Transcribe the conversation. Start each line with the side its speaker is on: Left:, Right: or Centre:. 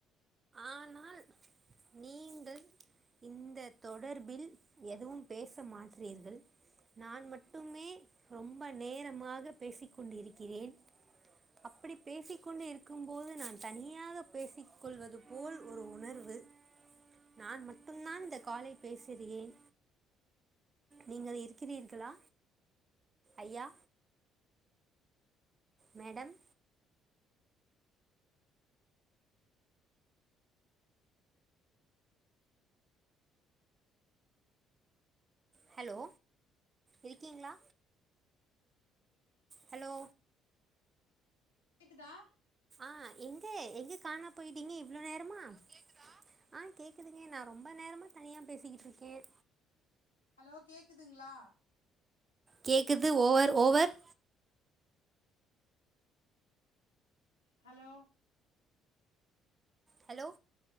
Right: ஆனால் நீங்கள் இந்த தொடர்பில் எதுவும் பேச மாற்றீர்கள் நான் மட்டுமே ரொம்ப நேரமாக பேசிக் கொண்டு இருக்கிறேன் அப்படி பேசிக் கொண்டு இருக்கும் போது நான் தனியாக பேசிக் கொள்வது போல் ஒரு உணர்வு நான் மட்டும் தான் இந்த காலை பேசுகிறேன் நீங்கள் இருக் இருக்கிறீர்களா ஐயா மேடம் ஹலோ இருக்கீங்ளா ஹலோ
Left: கேக்குதா
Right: ஹ எங்க எங்க கானோ போயிட்டீங்க இவ்ளோ நேரமா கேக்குதா ஆ கேக்குதுங்க நான் ரொம்ப நேரமா தனியா பேசிக்கிட்டு இருக்கேன்
Left: ஹலோ கேக்குதுங்லா
Right: கேக்குது ஓவர் ஓவர்
Left: ஹலோ
Right: ஹலோ